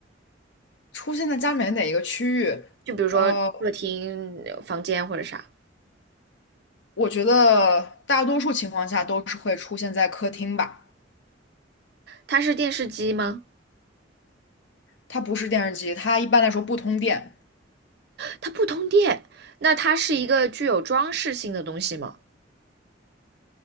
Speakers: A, on the left (about 70°); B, on the right (about 60°).
A: 出现在家里面哪一个区域，
B: 就比如说客厅、
A: 呃，
B: 呃房间或者啥？
A: 我觉得大多数情况下都是会出现在客厅吧，
B: 它是电视机吗？
A: 它不是电视机，它一般来说不通电。
B: 它不通电，那它是一个具有装饰性的东西吗？